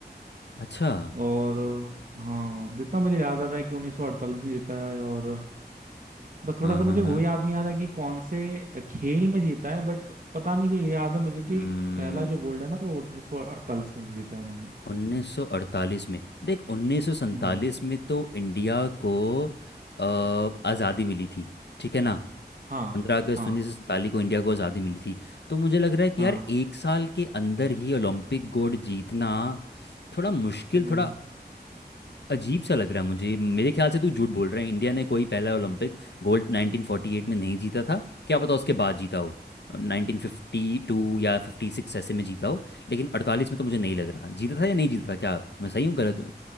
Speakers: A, on the left; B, on the right.
A: अच्छा
B: और अ, हाँ जितना मुझे याद आ रहा है कि उन्नीस सौ अड़तालीस में जीता है और बस थोड़ा
A: हाँ
B: सा
A: हाँ
B: मुझे वो
A: हाँ
B: याद नहीं आ रहा कि कौन से खेल में जीता है बट पता नहीं क्यों ये याद है मुझे कि
A: हम्म
B: पहला जो गोल्ड है ना वो 1948 में जीता है उन्होंने
A: 1948 में देख 1947
B: हम्म
A: में तो इंडिया को आज़ादी मिली थी ठीक है ना
B: हाँ
A: पंद्रह अगस्त
B: हाँ
A: उन्नीस सौ सैंतालीस को इंडिया को आज़ादी मिली थी तो मुझे लग रहा है कि
B: हाँ
A: यार एक साल के अंदर ही ओलंपिक गोल्ड जीतना थोड़ा मुश्किल
B: हम्म
A: थोड़ा अजीब सा लग रहा है मुझे मेरे ख्याल से तू झूठ बोल रहा है इंडिया ने कोई पहला ओलंपिक गोल्ड 1948 में नहीं जीता था क्या पता उसके बाद जीता हो 1952 या 56 ऐसे में जीता हो लेकिन 48 में तो मुझे नहीं लग रहा जीता था या नहीं जीता था क्या मैं सही हूँ गलत हूँ